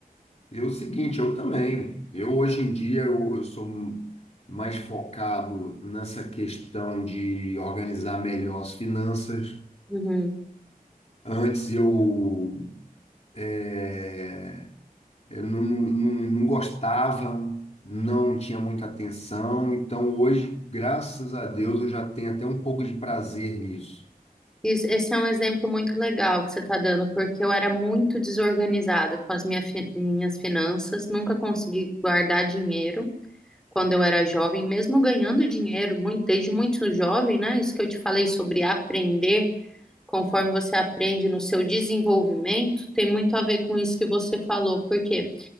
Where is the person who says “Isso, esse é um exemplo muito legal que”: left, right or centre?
Centre